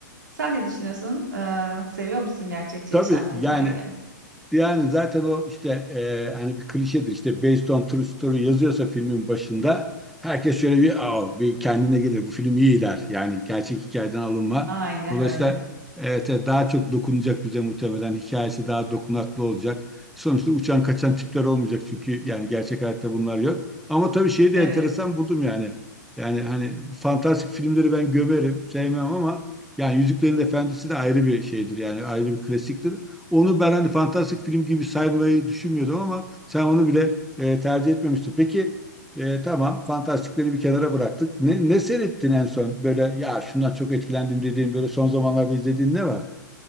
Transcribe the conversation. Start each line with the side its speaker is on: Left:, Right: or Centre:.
Right: Sen ne düşünüyorsun? Ee, seviyor musun gerçekçi
Centre: Tabii
Right: yaşam
Centre: yani
Right: hikayelerini?
Centre: Yani zaten o işte e, hani bir klişedir işte based on true story yazıyorsa filmin başında herkes şöyle bir Aa, bir kendine gelir bu film iyi der. Yani gerçek hikayeden alınma.
Right: Aynen
Centre: Dolayısıyla
Right: öyle.
Centre: evet, evet, daha çok dokunacak bize muhtemelen hikayesi daha dokunaklı olacak. Sonuçta uçan kaçan tipler olmayacak çünkü yani gerçek hayatta bunlar yok. Ama tabii şeyi de
Right: Evet.
Centre: enteresan buldum yani. Yani hani fantastik filmleri ben gömerim, sevmem ama yani Yüzüklerin Efendisi de ayrı bir şeydir yani ayrı bir klasiktir. Onu ben hani fantastik film gibi saymayı düşünmüyordum ama sen onu bile e, tercih etmemiştin. Peki e, tamam fantastikleri bir kenara bıraktık. Ne, ne seyrettin en son? Böyle ya şundan çok etkilendim dediğin böyle son zamanlarda izlediğin ne var?